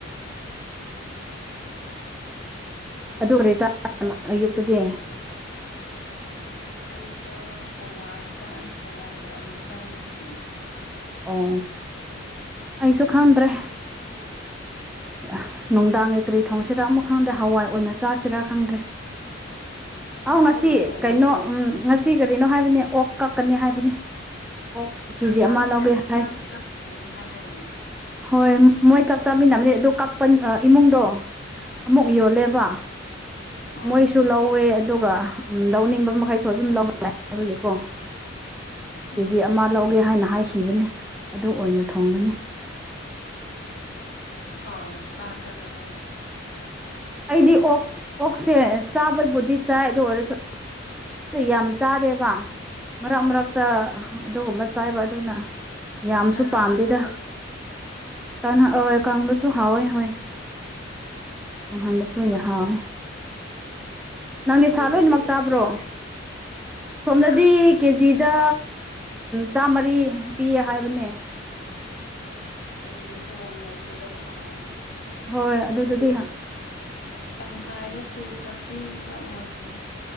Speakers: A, in the centre; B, on the left.
A: ꯑꯗꯨ ꯀꯔꯤ ꯆꯥ <inaudible> ꯑꯌꯨꯛꯇꯗꯤ꯫
B: ꯑꯌꯨꯛꯇꫭ ꯍꯋꯥꯏ ꯆꯥꯏ ꯍꯋꯥꯏꯒ ꯑꯂꯨ ꯆꯥꯏ ꯉꯁꯤꯗꯤ꯫
A: ꯑꯣ ꯑꯩꯁꯨ ꯈꯪꯗ꯭ꯔꯦ꯫ ꯑꯍ ꯅꯨꯡꯗꯥꯡꯒꯤ ꯀꯔꯤ ꯊꯣꯡꯁꯦꯔꯥ ꯑꯃꯨꯛ ꯈꯪꯗꯦ ꯍꯋꯥꯏ ꯑꯣꯏꯅ ꯆꯥꯁꯤꯔꯥ ꯈꯪꯗ꯭ꯔꯦ꯫ ꯑꯥꯎ
B: ꯑꯍꯥꯎꯕ
A: ꯉꯁꯤ
B: ꯊꯣꯡꯉ
A: ꯀꯩꯅꯣ ꯎꯃ ꯉꯁꯤ ꯀꯔꯤꯅꯣ ꯍꯥꯏꯕꯅꯦ ꯑꯣꯛ ꯀꯛꯀꯅꯤ ꯍꯥꯏꯕꯅꯦ꯫ ꯑꯣꯛ ꯀꯦꯖꯤ
B: ꯆꯥꯛ ꯆꯥꯃꯤꯟꯅ
A: ꯑꯃ ꯂꯧꯒꯦ ꯍꯥꯏ
B: ꯆꯥꯛ ꯆꯥꯃꯤꯟꯅꯅꯤ ꯍꯥꯏꯗꯥꯏꯅꯦ꯫
A: ꯍꯣꯏ ꯃꯣꯏ ꯆꯥꯛ ꯆꯥꯃꯤꯟꯅꯕꯅꯦ ꯑꯗꯣ ꯀꯛꯄꯟ ꯑꯥ ꯏꯃꯨꯡꯗꯣ ꯑꯃꯨꯛ
B: ꯎꯝ
A: ꯌꯣꯜꯂꯦꯕ
B: ꯑꯣ
A: ꯃꯣꯏꯁꯨ ꯂꯧꯋꯦ ꯑ ꯑꯗꯨꯒ ꯎꯝ ꯂꯧꯅꯤꯡꯕ ꯃꯈꯩꯁꯨ ꯑꯗꯨꯝ ꯂꯧꯕ ꯌꯥꯏ ꯍꯥꯏꯕꯒꯤꯀꯣ
B: ꯎꯝ
A: ꯀꯦꯖꯤ ꯑꯃ ꯂꯧꯒꯦ ꯍꯥꯏꯅ ꯍꯥꯏꯈꯤꯕꯅꯦ ꯑꯗꯨ ꯑꯣꯏꯅ ꯊꯣꯡꯒꯅꯤ
B: ꯍꯥꯎꯅ ꯆꯥꯊꯔꯣ ꯀꯩꯅꯣ
A: ꯑꯩꯗꯤ ꯑꯣꯛ ꯑꯣꯛꯁꯦ ꯆꯥꯕꯕꯨꯗꯤ ꯆꯥꯏ ꯑꯗꯨ ꯑꯣꯏꯔꯁꯨ ꯌꯥꯝ ꯆꯥꯗꯦꯕ ꯃꯔꯛ ꯃꯔꯛꯇ ꯑꯗꯨꯒꯨꯝꯕ ꯆꯥꯏꯕ ꯑꯗꯨꯅ ꯌꯥꯝꯁꯨ
B: ꯀꯪꯍꯜꯂꯒ
A: ꯄꯥꯝꯗꯦꯗ
B: ꯍꯥꯎꯕꯅꯦ
A: <unintelligible> ꯀꯪꯂꯁꯨ ꯍꯥꯎꯋꯦ ꯍꯣꯏ ꯀꯪꯍꯟꯕꯁꯨ ꯌ ꯍꯥꯎꯋꯦ ꯅꯪꯗꯤ ꯁꯥ
B: ꯀꯦꯖꯤꯗ
A: ꯂꯣꯏꯅꯃꯛ
B: ꯀꯌꯥ
A: ꯆꯥꯕ꯭ꯔꯣ
B: ꯄꯤꯒꯦ
A: ꯁꯣꯝꯗꯗꯤ
B: ꯍꯥ
A: ꯀꯦꯖꯤꯗ ꯆꯥꯝꯃꯔꯤ ꯄꯤꯌꯦ ꯍꯥꯏꯕꯅꯦ
B: ꯑꯗꯨꯗꯤ ꯍꯣꯡꯉꯦ ꯑꯁꯤꯗ ꯅꯍꯥꯟ
A: ꯍꯣꯏ
B: ꯀꯦꯖꯤ
A: ꯑꯗꯨꯗꯗꯤ
B: ꯇꯪꯈꯥꯏꯗ ꯇꯨ ꯊꯥꯔꯇꯤꯔ ꯑꯣꯏꯕꯅꯦ